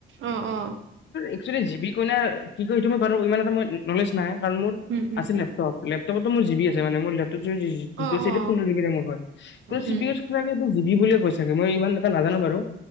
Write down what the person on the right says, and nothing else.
অ অ।
উম হম
অ
অ
উম